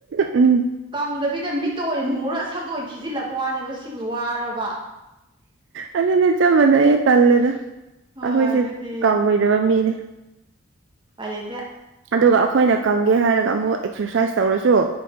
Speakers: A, on the right; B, on the right.
A: ꯎꯝ
B: ꯀꯪꯗꯕꯤꯗ ꯃꯤꯠꯇ ꯑꯣꯏ ꯃꯨꯔ ꯁꯛꯇꯣꯏꯏꯅꯤ ꯊꯤꯖꯤꯜꯂꯛꯄ ꯋꯥꯅꯦꯕ ꯁꯤꯕꯨ ꯋꯥꯔꯕ
A: ꯑꯗꯨꯗ ꯅ ꯆ ꯃꯅ ꯌꯦ ꯆꯜꯂꯦꯗ
B: ꯍꯣꯏ
A: ꯑꯩꯈꯣꯏꯁꯦ
B: ꯑꯗꯨꯗꯤ
A: ꯀꯥꯎꯉꯣꯏꯗꯕ ꯃꯤꯅꯦ
B: ꯎꯄꯥꯏ ꯂꯩꯇꯦ
A: ꯑꯗꯨꯒ ꯑꯩꯈꯣꯏꯅ ꯀꯪꯒꯦ ꯍꯥꯏꯔꯒ ꯑꯃꯨꯛ ꯑꯦꯛꯁꯔꯁꯥꯏꯁ ꯇꯧꯔꯁꯨ